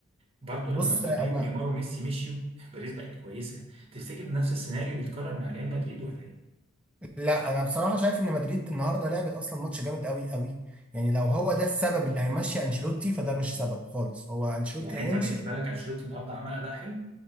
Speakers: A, on the right; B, in the centre.
A: برضه
B: بص
A: لما مبابي
B: انا
A: ونيمار وميسي مشيوا <laughs> باريس بقت كويسه تفتكر نفس السيناريو بيتكرر مع ريال مدريد ولا ايه
B: لا انا بصراحه شايف ان مدريد النهارده لعبت اصلا ماتش جامد قوي قوي يعني لو هو ده السبب اللي هيمشي انشيلوتي فده مش سبب خالص هو انشيلوتي
A: يعني
B: هيمشي
A: انت بالنسبه لك انشيلوتي النهارده عمل اداء حلو